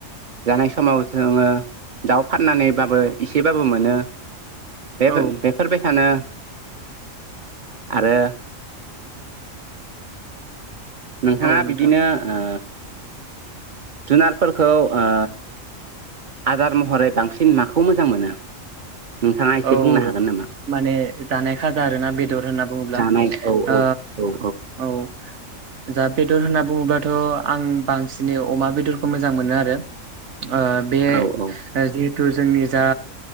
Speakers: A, on the right (about 45°); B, on the right (about 60°).
A: जानाय समाव जोङो दाउ फाननानैबाबो एसेबाबो मोनो बे-बेफोरबाय
B: औ
A: सानो आरो नोंथाङा
B: औ नोंथां
A: बिदिनो ओ जुनारफोरखौ आ आदार महरै बांसिन माखौ मोजां मोनो नोंथाङा एसे
B: औ
A: बुंनो हागोन नामा
B: माने जानाय खाजा आरोोना बेदर होनना बुङोब्ला
A: जानाय औ
B: ओ
A: औ
B: औ । दा बेदर होनना बुङोब्लाथ आं बांसिनै अमा बेदरखौ मोजां मोनोआरो । ओ बे
A: औ
B: जि तु जोंनि जा